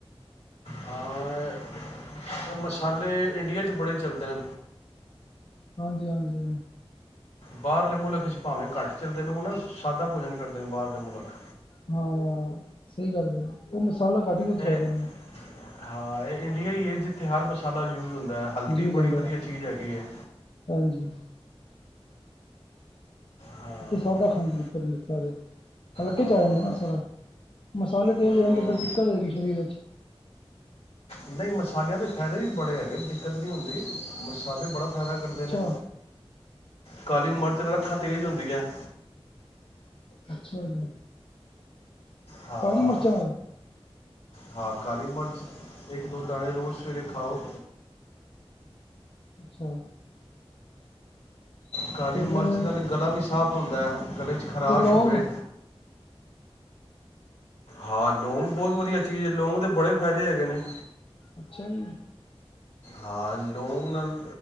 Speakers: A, on the left (about 80°); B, on the left (about 55°).
A: ਹਾਂ, ਮਸਾਲੇ ਇੰਡੀਆ ਚ ਬੜੇ ਚੱਲਦੇ ਨੇ।
B: ਹਾਂਜੀ ਹਾਂਜੀ
A: ਬਾਹਰਲੇ ਮੁਲਕ ਭਾਵੇਂ ਘੱਟ ਚੱਲਦੇ ਨੇ। ਉਹ ਨਾ ਸਾਦਾ ਭੋਜਨ ਕਰਦੇ ਨੇ ਬਾਹਰਲੇ ਮੁਲਕ।
B: ਹਾਂ ਸਹੀ ਗੱਲ ਹੈ ਉਹ ਮਸਾਲਾ ਘੱਟ ਯੂਜ
A: ਇਹ
B: ਕਰਦੇ ਨੇ
A: ਹਾਂ, ਇਹ ਇੰਡੀਆ ਹੀ ਹੈ। ਜਿੱਥੇ ਹਰ ਮਸਾਲਾ ਯੂਜ ਹੁੰਦਾ ਹੈ। ਹਲਦੀ
B: ਜੀ ਹੋ ਜਾਂਦਾ
A: ਬੜੀ ਵਧੀਆ
B: ਹੈ
A: ਚੀਜ਼ ਹੈਗੀ ਹੈ।
B: ਹਾਂਜੀ।
A: ਹਾਂ
B: ਉੱਹ ਸਾਦਾ ਖਾਂਦੇ ਨੇ, ਫੋਰਨ ਸਾਰੇ। ਹਲਕੇ
A: ਹਾਂ
B: ਚ ਆ ਜਾਂਦਾ ਨਾ ਸਾਰਾ। ਮਸਾਲੇ ਤੇਜ਼
A: ਹਮ,
B: ਹੋ ਜਾਣਗੇ ਫੇਰ ਦਿੱਕਤ ਹੋਏਗੀ ਸਰੀਰ ਚ।
A: ਨਹੀਂ ਮਸਾਲਿਆਂ ਦੇ, ਫਾਇਦੇ ਵੀ ਬੜੇ ਹੈਗੇ। ਦਿੱਕਤ ਨਹੀਂ ਹੁੰਦੀ। ਮਸਾਲੇ ਬੜਾ ਫਾਇਦਾ ਕਰਦੇ
B: ਅੱਛਾ
A: ਨੇ ਕਾਲੀ ਮਿਰਚ ਰੱਖਾ ਤੇਜ਼ ਹੁੰਦੀ ਹੈ।
B: ਅੱਛਾ ਜੀ।
A: ਹਾਂ।
B: ਕਾਲੀ ਮਿਰਚਾਂ ਨਾਲ
A: ਹਾਂ, ਕਾਲੀ ਮਿਰਚ, ਇੱਕ ਦੋ ਦਾਣੇ ਰੋਜ਼ ਸਵੇਰੇ ਖਾਓ।
B: ਅੱਛਾ।
A: ਕਾਲੀ
B: ਤੇ ਫਿਰ
A: ਮਿਰਚ ਨਾਲ ਗਲਾ ਵੀ ਸਾਿਸਫ਼ ਹੁੰਦਾ ਹੈ। ਗਲੇ ਚ ਖਰਾਸ਼
B: ਤੇ ਲੌਂਗ
A: ਹੋਵੇ। ਹਾਂ ਲੌਂਗ ਬਹੁਤ ਵਧੀਆ ਚੀਜ਼ ਹੈ। ਲੌਂਗ ਦੇ ਬੜੇ ਫਾਇਦੇ ਹੈਗੇ ਨੇ।
B: ਅੱਛਾ ਜੀ।
A: ਹਾਂ ਲੂਣ ਨਾਲ